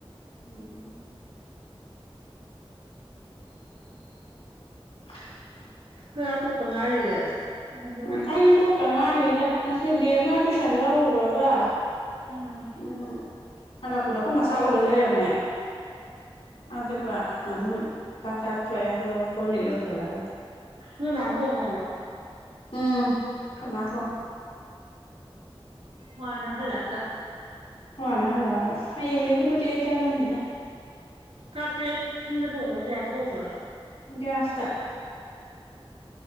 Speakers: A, on the left; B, on the right.
A: ꯎꯝ <inaudible>
B: ꯆꯥꯛ ꯇꯣꯛꯇ ꯉꯥꯏꯔꯤꯌꯦ ꯑꯗꯨꯅ
A: ꯎꯝ <inaudible> ꯉꯁꯤ ꯕꯦꯝ ꯑꯃ ꯇꯨꯏꯁꯟ ꯂꯧꯔꯔꯒ
B: ꯎꯝ
A: ꯎꯝ ꯍꯜꯂꯛꯄꯗ ꯑꯩꯈꯣꯏ ꯃꯆꯥꯛ ꯂꯣꯏ ꯂꯩꯔꯝꯃꯦ ꯑꯗꯨꯒ ꯑꯗꯨꯝ ꯆꯥꯛ ꯆꯥꯊꯣꯛꯑꯦ ꯑꯗꯨꯒ ꯀꯣꯜ ꯂꯤꯛ ꯂꯣꯏꯁꯤꯜꯂꯒ
B: ꯅꯣꯏ ꯃꯅꯥ ꯊꯣꯛꯉꯦꯕꯥ
A: ꯎꯝ ꯑꯈꯣꯏ ꯃꯥ ꯊꯣꯛꯉꯦ
B: ꯋꯥꯅ ꯍꯜꯂꯛꯑꯒꯥ
A: ꯋꯥꯅ ꯍꯜꯂꯛꯑꯒ ꯍꯌꯦꯡꯗꯒꯤꯕꯨꯗꯤ ꯑꯩ ꯆꯪꯉꯅꯤꯗ
B: ꯆꯥꯛꯇꯤ ꯁꯤꯁꯤꯡꯗꯥ ꯊꯣꯡꯕꯔꯣ ꯒꯥꯁ ꯇꯥ ꯊꯣꯡꯕꯔꯣ
A: ꯒꯥꯁꯇꯥ